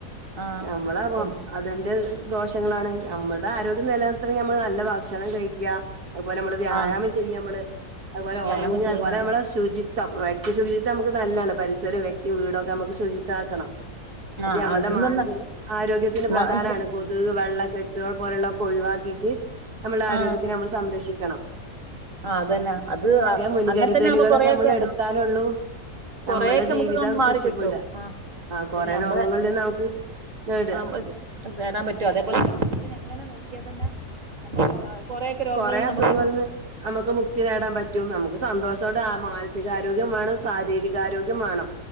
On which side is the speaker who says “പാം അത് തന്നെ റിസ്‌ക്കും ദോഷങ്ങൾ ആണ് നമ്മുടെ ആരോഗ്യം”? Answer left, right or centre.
Right